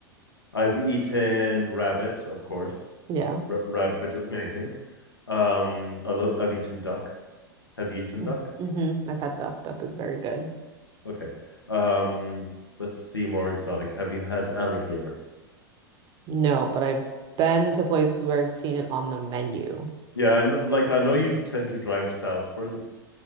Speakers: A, on the left; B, on the right.
A: I've eaten rabbit, of course.
B: Yeah.
A: R rabbit is amazing. Um, I lo- I've eaten duck. Have you eaten
B: Mm-hmm.
A: duck?
B: Mm-hmm. I've had duck. Duck is very good.
A: Okay. Um, s- let's see more exotic. Have you had alligator?
B: No, but I've been to places where I've seen it on the menu.
A: Yeah, I know, like I know you tend to drive south for the